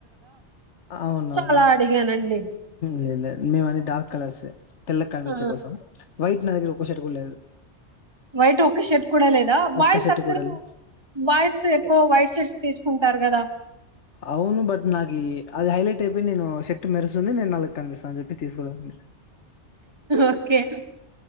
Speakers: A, on the left; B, on the right.
A: అవున
B: సో,
A: అవును
B: అలా అడిగానండి.
A: లేదు లేదు మేము అని డార్క్ కలర్స్ తెల్లగ కనిపించడం
B: ఆ!
A: కోసం. వైట్ నా దగ్గర ఒక్క షర్ట్ కూడా లేదు.
B: వైట్ ఒక షర్ట్ కూడా లేదా. బాయ్స్
A: ఒక్క షర్ట్
B: అందరు
A: కూడా లేదు
B: బాయ్స్ ఎక్కువ వైట్ షర్ట్స్. తీసుకుంటారు కదా.
A: అవును బట్ నాకి అది హైలైట్ అయిపోయి నేను షర్ట్. మెరుస్తుంది నేను నల్లగా కనిపిస్తా అని చెప్పి. తీసుకోలేదండి
B: ఓకే